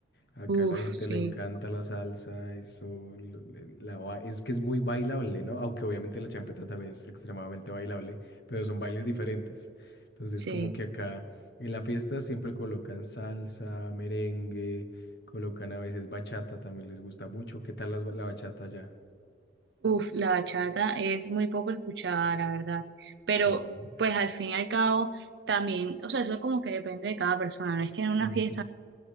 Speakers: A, on the left; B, on the right.
A: Acá
B: Uf,
A: a la gente
B: sí,
A: le encanta la salsa, eso, lo- le- la, ba- es que es muy bailable, ¿no? Aunque obviamente la champeta también es extremadamente bailable, pero son bailes diferentes. Entonces,
B: sí.
A: como que acá en la fiesta siempre colocan salsa, merengue, colocan a veces bachata, también les gusta mucho. ¿Qué tal las ba- la, bachata allá?
B: Uf, la bachata es muy poco escuchada, la verdad. Pero,
A: Ah,
B: pues al fin y al cabo, también, o sea, eso como que depende de cada persona. No es que en una
A: Ujú.
B: fiesta